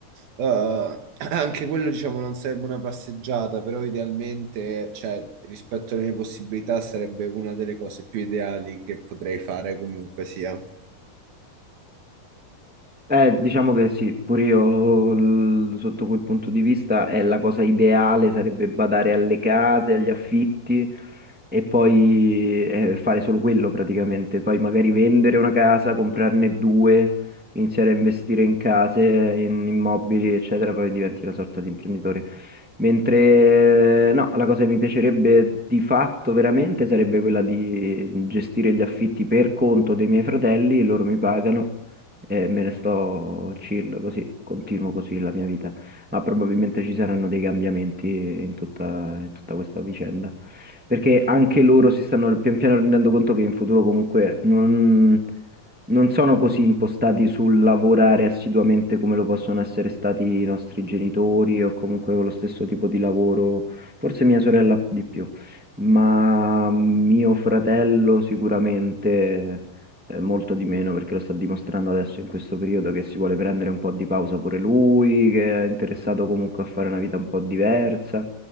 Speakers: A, on the right; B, in the centre.
A: eh, anche quello, diciamo, non sarebbe una passeggiata, però idealmente, cioè, rispetto alle mie possibilità, sarebbe una delle cose più ideali che potrei fare comunque sia.
B: Eh, diciamo che sì, pure io l- sotto quel punto di vista è la cosa ideale, sarebbe badare alle case, agli affitti e poi eh, fare solo quello praticamente, poi magari vendere una casa, comprarne due, iniziare a investire in case, in immobili, eccetera, poi diventi una sorta di imprenditore. Mentre no, la cosa che mi piacerebbe di fatto veramente sarebbe quella di gestire gli affitti per conto dei miei fratelli, loro mi pagano e me ne sto chill così, continuo così la mia vita. Ma probabilmente ci saranno dei cambiamenti in tutta, in tutta questa vicenda. Perché anche loro si stanno pian piano rendendo conto che in futuro comunque non, non sono così impostati sul lavorare assiduamente come lo possono essere stati i nostri genitori o comunque con lo stesso tipo di lavoro, forse mia sorella di più, ma mio fratello sicuramente eh, molto di meno perché lo sta dimostrando adesso in questo periodo che si vuole prendere un po' di pausa pure lui, che è interessato comunque a fare una vita un po' diversa,